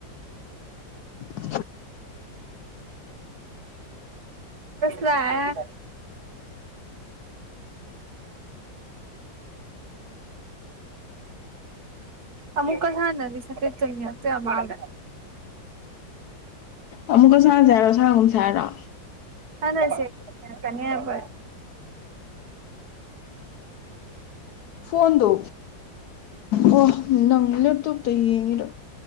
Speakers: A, on the left; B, on the right.
A: ꯨꯝ
B: ꯁꯂ ꯑꯃꯨꯛ ꯀ ꯍꯥꯟꯅꯤ ꯁ ꯆ ꯇ ꯑꯗ
A: ꯑꯃꯨꯛꯀ ꯁꯥꯁ ꯍꯥꯏꯔꯣ ꯁꯥꯒꯨꯝ ꯁꯥ ꯍꯥꯏꯔꯣ
B: ꯍꯗ ꯁꯤꯦ ꯀꯅꯤꯕ
A: ꯐꯣꯟꯗꯣ ꯑꯣ ꯅꯪ ꯂꯦꯞꯇꯣꯞꯇ ꯌꯦꯡꯉꯤꯔꯣ